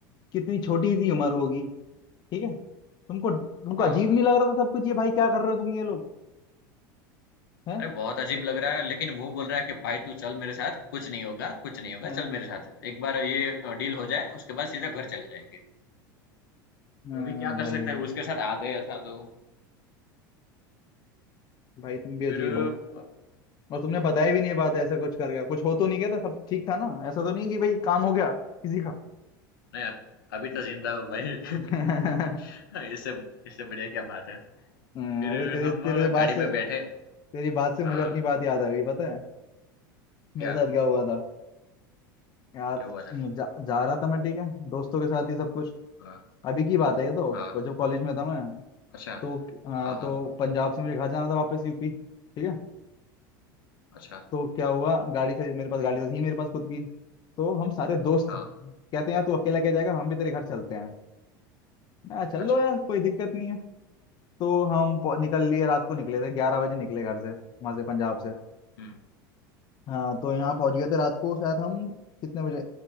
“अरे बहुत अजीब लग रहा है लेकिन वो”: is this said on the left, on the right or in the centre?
Left